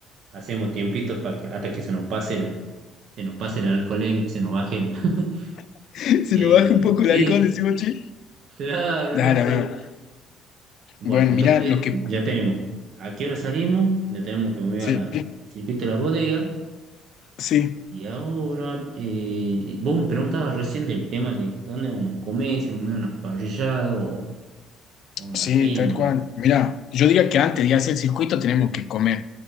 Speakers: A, on the right; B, on the left.
A: hacemos tiempitos para que, hasta que se nos pase el, se nos pase la alcoholemia, se nos baje el. <laughs>
B: <laughs> Si
A: Eh,
B: nos baja un poco
A: sí,
B: el alcohol,
A: sí.
B: decimos, che.
A: Claro,
B: Dale,
A: hermano, sí.
B: amigo.
A: Bueno,
B: Bueno,
A: entonces
B: mirá, lo que...
A: ya tenemos a qué hora salimos, ya tenemos que mover
B: Sí,
A: a la, al circuito de la bodega.
B: sí,
A: Y ahora, eh, vos me preguntabas recién del tema de dónde vamos a comer, si vamos a una parrillada o, o una
B: sí,
A: peña.
B: tal cual. Mirá, yo diría que antes de hacer el circuito tenemos que comer.